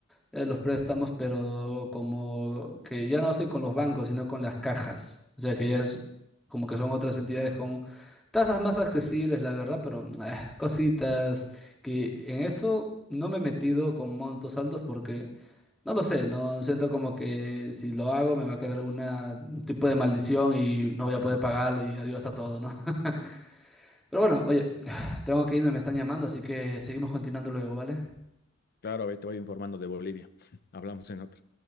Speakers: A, in the centre; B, on the left.
A: eh, los préstamos, pero como que ya no hacen con los bancos, sino con las cajas. O sea que ya es como que son otras entidades con tasas más accesibles, la verdad, pero mm, eh, cositas que en eso no me he metido con montos altos porque no lo sé, no siento como que si lo hago me va a caer alguna un tipo de maldición y no voy a poder pagarlo y adiós a todo, ¿no? <laughs> Pero bueno, oye, <sighs> tengo que irme, me están llamando, así que seguimos continuando luego, ¿vale?
B: Claro, a ver, te voy informando de Bolivia. <laughs> Hablamos en otra.